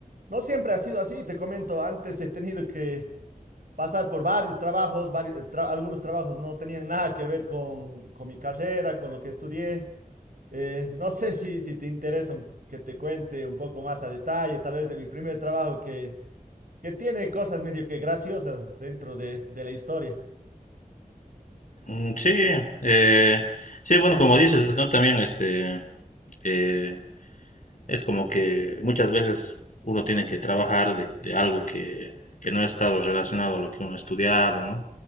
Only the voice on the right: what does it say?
no siempre ha sido así. Te comento, antes he tenido que pasar por varios trabajos, vari- eh, tra- algunos trabajos no tenían nada que ver con, con mi carrera, con lo que estudié. Eh, no sé si, si te interesa un- que te cuente un poco más a detalle, tal vez de mi primer trabajo que, que tiene cosas medio que graciosas dentro de, de la historia.